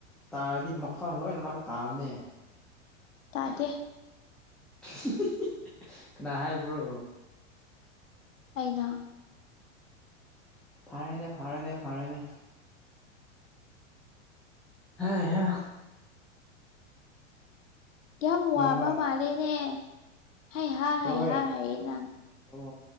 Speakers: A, in the centre; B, on the left.
A: ꯇꯥꯔꯗꯤ ꯃꯐꯝ ꯂꯣꯏꯅꯃꯛ ꯇꯥꯕꯅꯦ
B: ꯇꯥꯗꯦ
A: ꯍꯤ-ꯍꯤ-ꯍꯤ ꯀꯅꯥ ꯍꯥꯏꯕ꯭ꯔꯣ
B: ꯑꯩꯅ
A: ꯐꯥꯔꯦꯅꯦ ꯐꯥꯔꯦꯅꯦ ꯐꯥꯔꯦꯅꯦ ꯍꯩꯍꯥ
B: ꯌꯥꯝ ꯋꯥꯕ
A: ꯅꯣꯡꯃ
B: ꯃꯥꯜꯂꯦꯅꯦ ꯍꯩ-ꯍ
A: ꯍꯣꯏ
B: ꯍꯩ-ꯍ ꯍꯥꯏꯑ ꯅꯪ
A: ꯑꯣ